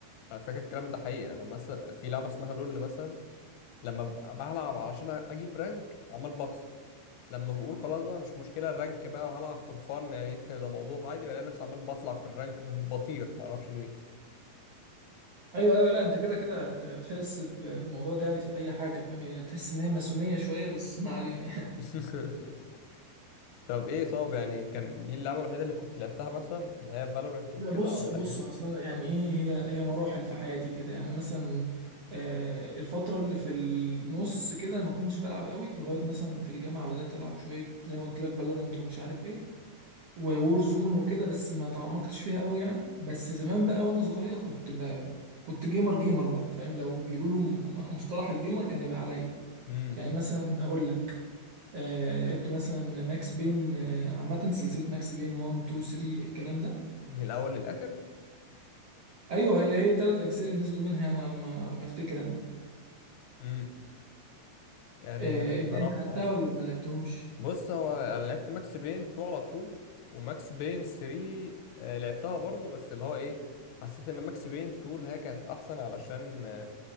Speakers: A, on the left; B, on the right.
A: على فكرة الكلام ده حقيقة انا مثلا في لعبة اسمها لول مثلا لما ببقى بلعب علشان اجيب رانك عمال بخسر لما بقول خلاص بقى مش مشكلة الرانك بقى وهلعب فور فان يعني <laughs> ده موضوع عادي بلاقي نفسي عمال بطلع في الرانك <laughs> بطير معرفش ليه
B: ايوه ايوه لا انت كده كده هت- هتحس ب- بالموضوع ده يعني في اي حاجه فاهم هي تحس ان هي ماسونيه شويه بس ما علينا يعني
A: <laughs> طب ايه طب يعني كان دي اللعبة الوحيدة اللي كنت لعبتها مثلا اللي هي فالورنت
B: <laughs>
A: وكده
B: لا بص
A: ولا
B: بص اصلا يعني ايه هي هي مراحل في حياتي كده يعني مثلا آه الفتره اللي في النص كده ما كنتش بلعب قوي لغايه مثلا في الجامعه بدات العب شويه زي ما قلت لك فالورانت ومش عارف ايه وور زون وكده بس ما تعمقتش فيها قوي يعني بس زمان بقى وانا صغير كنت ب... كنت جيمر جيمر بقى فاهم لو بيقولوا م- مصطلح الجيمر كان يبقى عليا
A: ايه؟
B: يعني مثلا هقول لك آه لعبت مثلا ماكس بين آه عامة سلسلة ماكس بين 1 2 3 الكلام ده
A: من الاول للاخر
B: ايوه هي هي الثلاث اجزاء اللي نزلوا منها يعني على ما على ما افتكر انا
A: امم يعني
B: آه انت
A: صراحه
B: انت لعبتها ولا ما لعبتهمش؟
A: بص هو انا لعبت ماكس بين 2 على طول وماكس بين 3 آه، لعبتها برضو بس اللي هو ايه حسيت ان ماكس بين 2 اللي هي كانت احسن علشان آه،